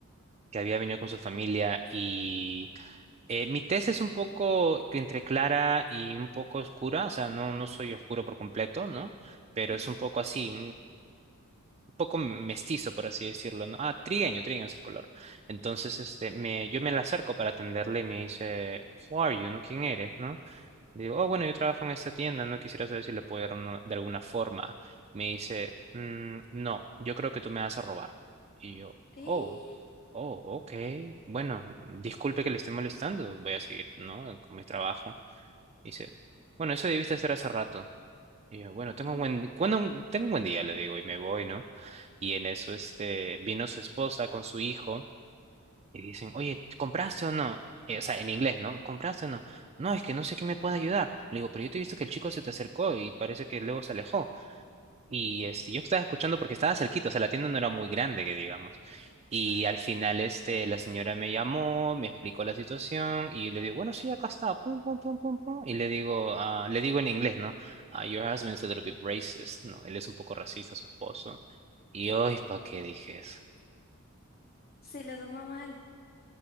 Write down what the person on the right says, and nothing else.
que había venido con su familia y eh, mi tez es un poco entre clara y un poco oscura, o sea, no, no soy oscuro por completo, ¿no? Pero
es un poco así, poco mestizo, por así decirlo, ¿no? Ah, trigueño, trigueño es el color. Entonces, este, me, yo me la acerco para atenderle y me dice, Who are you, ¿no? ¿Quién eres, no? Le Digo, oh, bueno, yo trabajo en esta tienda, ¿no? Quisiera saber si le puedo ayudar no- de alguna forma. Me dice, "Mm, no, yo creo que tú me vas a robar. Y yo,
oh, oh, ok. Bueno, disculpe que le esté molestando, voy a seguir, ¿no? Con mi trabajo. Dice, bueno, eso debiste hacer hace rato. Y yo, bueno,
tengo un buen, cuando, tengo un buen día, le digo, y me voy, ¿no? Y en eso, este, vino su esposa con su hijo y dicen, oye, ¿compraste o no? Eh, o sea, en inglés, ¿no? ¿Compraste o no? No, es que no sé qué me puede ayudar. Le digo, pero yo te he visto que el chico se te acercó y parece que luego se alejó. Y este, yo estaba escuchando porque estaba cerquito, o sea, la tienda no era muy grande, que digamos. Y
al final, este, la señora me llamó, me explicó la situación y le digo, bueno, sí, acá está, pum, pum, pum, pum, pum. Y le digo, ah, le digo en inglés, ¿no? Ah, your husband's a little bit racist, ¿no? Él es un poco racista, su esposo. Y hoy, ¿para qué dije eso?